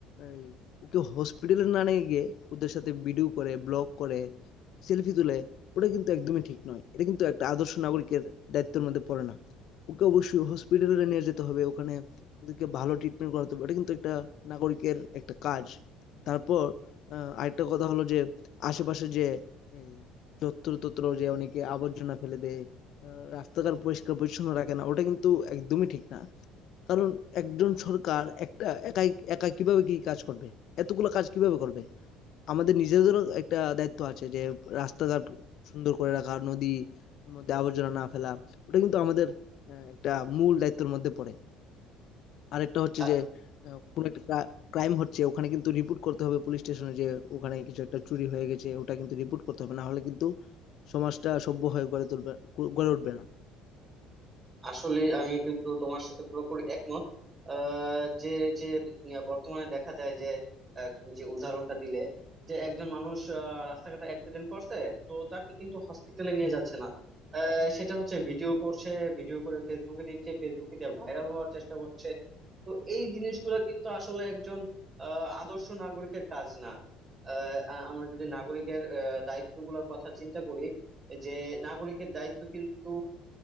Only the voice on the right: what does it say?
আর
আসলে আমি কিন্তু তোমার সাথে পুরোপুরি একমত আহ, যে যে উম, বর্তমানে দেখা যায় যে আহ, তুমি যে উদাহরণটা দিলে যে একজন মানুষ আহ, রাস্তাঘাটে অ্যাক্সিডেন্ট করছে তো তাকে কিন্তু হসপিটালে নিয়ে যাচ্ছে না আহ, সেটা হচ্ছে ভিডিও করছে ভিডিও করে ফেসবুকে দিচ্ছে ফেসবুকে দিয়ে ভাইরাল হওয়ার চেষ্টা করছে তো এই জিনিসগুলো কিন্তু আসলে একজন আহ, আদর্শ নাগরিকের কাজ না আহ, আ- আমরা যদি নাগরিকের আহ, দায়িত্বগুলোর কথা চিন্তা করি যে নাগরিকের দায়িত্ব কিন্তু